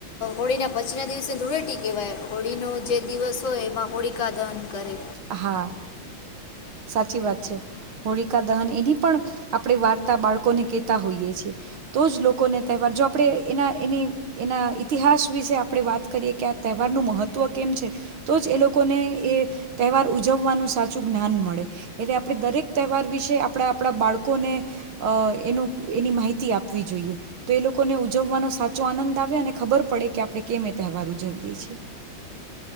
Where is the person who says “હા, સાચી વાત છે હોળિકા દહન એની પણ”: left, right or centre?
Right